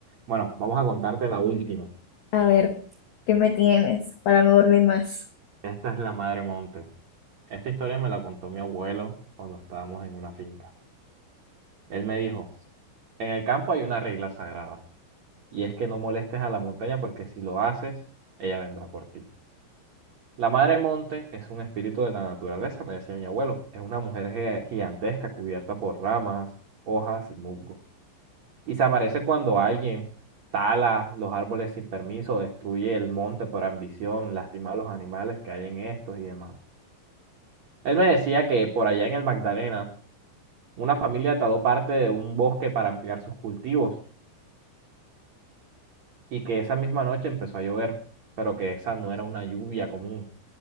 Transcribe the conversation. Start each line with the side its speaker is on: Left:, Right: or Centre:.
Right: Bueno, vamos a contarte la última.
Left: A ver, ¿qué me tienes para no dormir más?
Right: Esta es la Madre Monte. Esta historia me la contó mi abuelo cuando estábamos en una finca. Él me dijo, en el campo hay una regla sagrada, y es que no molestes a la montaña porque si lo haces, ella vendrá por ti. La madre monte es un espíritu de la naturaleza, me decía mi abuelo. Es una mujer ge- gigantesca cubierta por ramas, hojas y musgo. Y se aparece cuando alguien tala los árboles sin permiso, destruye el monte por ambición, lastima a los animales que hay en estos y demás. Él me decía que por allá en el Magdalena, una familia taló parte de un bosque para ampliar sus cultivos y que esa misma noche empezó a llover, pero que esa no era una lluvia común